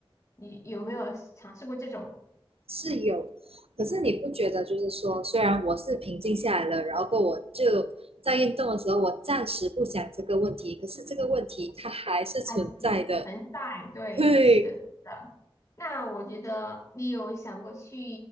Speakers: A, on the left (about 35°); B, on the right (about 85°).
A: 你有没有尝试过这种？
B: 是有，可是你不觉得就是说，虽然我是平静下来了，然后我就在运动的时候，我暂时不想这个问题，可是这个问题它还是存在的。
A: 还是存在？对，
B: 对，
A: 是的，是的。那我觉得你有想过去，